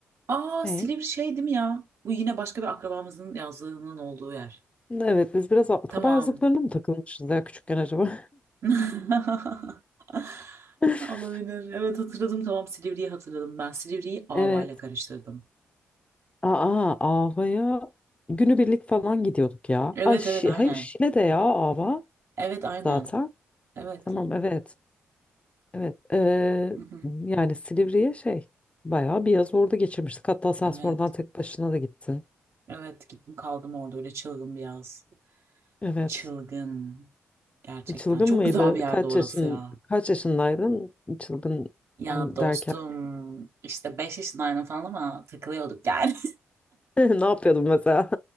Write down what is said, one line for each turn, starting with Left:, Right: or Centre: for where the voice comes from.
Right: Aa
Left: ne?
Right: Silivri şey değil mi ya? Bu yine başka bir akrabamızın yazlığının olduğu yer.
Left: Evet biz biraz akraba
Right: Tamam.
Left: yazlıklarına mı takılmışız ya küçükken acaba?
Right: <laughs>
Left: <laughs>
Right: Olabilir. Evet hatırladım tamam Silivri'yi hatırladım ben. Silivri'yi Ava
Left: Evet.
Right: ile karıştırdım.
Left: Aa, Ava'ya günübirlik falan gidiyorduk ya.
Right: Evet
Left: Ay, Şi-
Right: evet aynen.
Left: hayır Şile'de ya Ava
Right: Evet aynen.
Left: zaten.
Right: Evet.
Left: Tamam evet. Evet. Ee,
Right: Hı hı.
Left: yani Silivri'ye şey bayağı bir yaz orada geçirmiştik. Hatta sen
Right: Evet.
Left: sonradan tek başına da gittin.
Right: Evet gittim kaldım orada öyle çılgın bir yaz.
Left: Evet.
Right: Çılgın. Gerçekten.
Left: Çılgın
Right: Çok
Left: mıydı?
Right: güzel bir yerde
Left: Kaç
Right: orası
Left: yaşın
Right: ya.
Left: kaç yaşındaydın? Çılgın
Right: Ya
Left: on-
Right: dostum
Left: derken
Right: işte 5 yaşındaydım falan ama takılıyorduk yani. <laughs>
Left: <laughs> ne yapıyordun mesela?